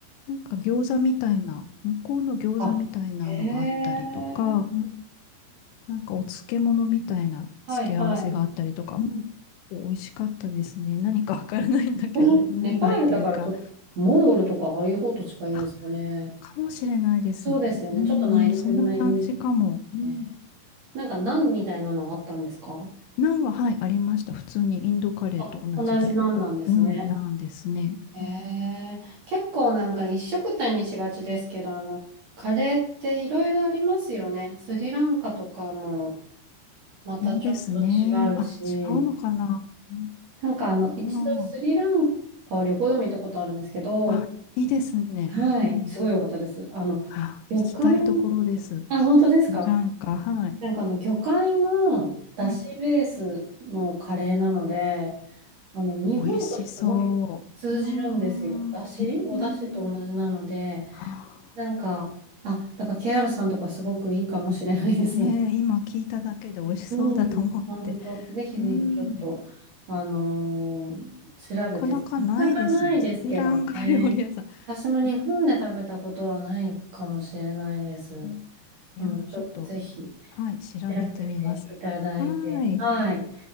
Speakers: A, on the left; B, on the right.
A: なんか餃子みたいな、向こうの餃子みたいなのがあったりとか、
B: あ、ええ
A: うんなんかお漬物みたいな付け合わせがあったりとか、
B: はい、はい。
A: うん美味しかったですね。何かわからないんだけど、
B: <laughs>
A: 何が入ってるか。
B: ネパールだからちょっと、モンゴルとかああいう方と近いんですかね。
A: あ、かもしれないですね。
B: そうですよね。
A: うんうん、
B: ちょっと内陸なイメージですね。
A: そんな感じかも。うん。
B: なんか、ナンみたいなのあったんですか
A: ナンは、はい、ありました。普通にインドカレーと同じで。
B: あ、同じナンなんですね。
A: お、うん、ナンですね。
B: へえ結構なんか一緒くたにしがちですけど、
A: うん
B: あの、カレーっていろいろありますよね。スリランカとかもまたちょっと違うし、
A: そうですね。あ、違うのかな。う
B: なんかあの、一度スリランカを旅行でも行ったことあるんですけど、
A: ん、あああ、いいですね。
B: はい、
A: うん。
B: すごい良かったです。あの、
A: あ、
B: 旅館
A: 行きたいところです。
B: あ、本当ですか
A: スリランカ、はい。
B: なんかあの、魚介のだしベースのカレーなので、
A: うん。
B: あの、日本とすごい通じるんですよ。
A: 美味しそう。うわー、
B: だしおだしと同じなので、
A: へえ。あ
B: なんか、あ、だから KR さんとかすごくいいかもしれないです。
A: ー、ねえ、今聞いただけで美味しそうだと思って。
B: うん。本当、ぜひぜひちょっと、
A: うん。
B: あのー調べて、
A: なかなかないですね。
B: なかなかないですけどね。
A: スリランカ料理屋さ
B: 私も日本で食べたことはないかもしれないです。
A: ん。へえ。うんいや、
B: でもちょっとぜひ。
A: ちょっと、はい、調べてみます。
B: 調べていただいて、
A: はーい。
B: はい、見